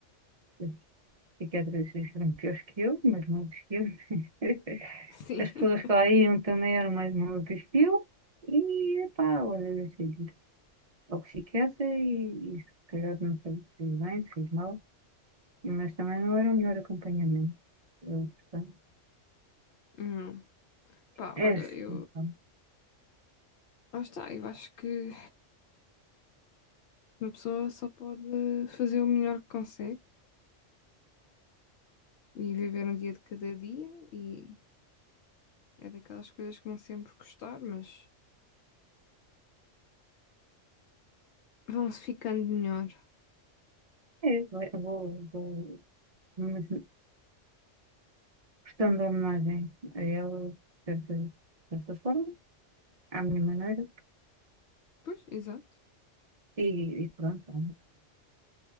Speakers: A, on the right (about 45°); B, on the left (about 70°).
A: os psiquiatras foram piores que eu, mas não que eu. <laughs>
B: Sim.
A: As pessoas
B: <laughs>
A: que lá iam também eram mais malucas que eu, e pá, olha, deixei de ir ao psiquiatra e, e se calhar não sei se fez bem, se fez mal, mas também não era o melhor acompanhamento. Eu, portanto,
B: Hum, pá,
A: é
B: olha,
A: assim,
B: eu.
A: pronto.
B: Lá está, eu acho que. Uma pessoa só pode fazer o melhor que consegue e viver um dia de cada dia e é daquelas coisas que vão sempre custar, mas vão-se ficando melhor.
A: é, vai- vou, vou, mas Portanto, homenagem a ele, certa, de certa forma, à minha maneira,
B: Pois, exato.
A: e, e pronto,